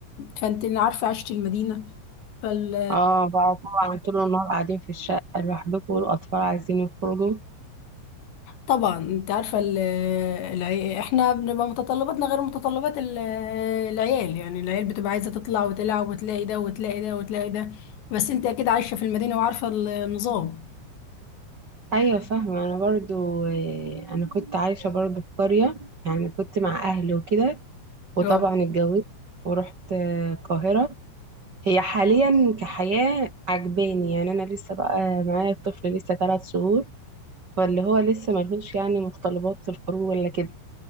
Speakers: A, on the left (about 65°); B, on the right (about 50°).
A: فانت عارفة عشت المدينة فال
B: اه بقى طبعا طول النهار قاعدين في الشقة لوحدكم والاطفال عايزين يخرجوا
A: طبعا انت عارفه ال- العي... احنا بنبقى متطلباتنا غير متطلبات ال- العيال يعني العيال بتبقى عايزه تطلع وتلعب وتلاقي ده وتلاقي ده وتلاقي ده بس انت اكيد عايشه في المدينه وعارفه النظام
B: ايوه فاهمة انا برضو آه، انا كنت عايشة برضو في قرية يعني كنت مع اهلي وكده وطبعا
A: اه
B: اتجوزت ورحت آه، القاهرة هي حاليا كحياة عجباني يعني انا لسه بقى معايا الطفل لسه ثلاث شهور فاللي هو لسه ملهوش يعني متطلبات في الخروج ولا كده